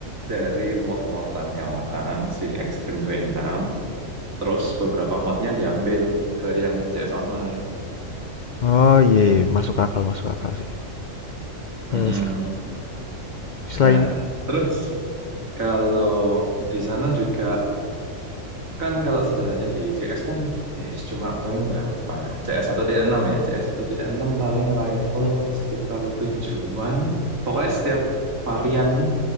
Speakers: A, on the right; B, on the left.
A: dari mod-modannya orang si Extreme V6 Terus beberapa modnya diambil ke yang CS Online.
B: Oh, iya, iya. Masuk akal, masuk akal sih.
A: Mm-mm.
B: Eh, s- selain
A: Nah, terus kalau di sana juga kan kalau senjatanya di CS kan ya yes, cuma paling berapa? CS enam ya, CS enam paling rifle
B: Mm,
A: sekitar tujuan. Pokoknya setiap varian